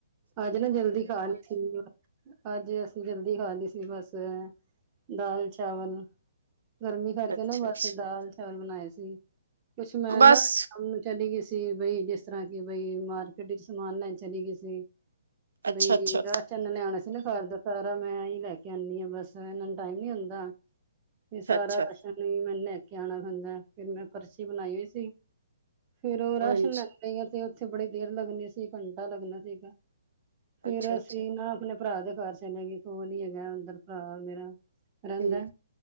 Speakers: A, on the right; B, on the right.
A: ਅੱਜ ਨਾ ਜਲਦੀ ਖਾ ਲੀਸੀ। ਅੱਜ ਅਸੀਂ ਜਲਦੀ ਖਾਲੀ ਸੀ, ਬਸ। ਦਾਲ-ਚਾਵਲ। ਗਰਮੀ ਕਰਕੇ
B: ਅੱਛਾ
A: ਨਾ ਬਸ
B: ਅੱਛਾ
A: ਦਾਲ-ਚਾਵਲ ਬਣਾਏ ਸੀ, ਕੁਛ ਮੈਂ
B: ਬਸ
A: ਨਾ ਚਲੀ ਗਈ ਸੀ ਬਈ, ਜਿਸ ਤਰ੍ਹਾਂ ਕਿ ਬਈ, ਮਾਰਕੀਟ'ਚ ਸਮਾਨ ਲੈਣ ਚਲੀ ਗਈ ਸੀ।
B: ਅੱਛਾ
A: ਦਹੀਂ
B: ਅੱਛਾ
A: ਵੀਗ ਚੰਨ ਲਿਆਉਣਾ ਸੀ ਨਾ ਘਰ ਦਾ, ਸਾਰਾ ਮੈਂ ਈ ਲੈਕੇ ਆਂਨੀ ਆਂ ਬਸ, ਇਹਨਾ ਨੂੰ ਟਾਈਮ ਨੀ ਹੁੰਦਾ।
B: ਅੱਛਾ
A: ਤੇ ਸਾਰਾ
B: ਅੱਛਾ
A: ਰਾਸ਼ਨ ਮੈਨੰ ਲੈਕੇ ਆਣਾ ਪੈਂਦਾ, ਫਿਰ ਮੈਂ ਪਰਚੀ ਬਣਾਈ ਹੋਈ ਸੀ ਫਿਰ ਉਹ
B: ਹਾਂਜੀ
A: ਰਾਸ਼ਨ ਲੈਗ ਗਈ ਆਂ, ਤੇ ਉੱਥੇ ਬੜੀ ਦੇਰ ਲੱਗਣੀ ਸੀ, ਘੰਟਾ ਲੱਗਣਾ ਸੀਗਾ। ਫਿਰ
B: ਅੱਛਾ ਅੱਛਾ
A: ਅਸੀਂ ਨਾ ਆਪਣੇ ਭਰਾ ਦੇ ਘਰ ਚਲੇ ਗਏ, ਕੋਲ ਹੀ ਹੈਗਾ ਓਧਰ ਭਰਾ ਮੇਰਾ। ਰਹਿੰਦਾ,
B: ਹਮ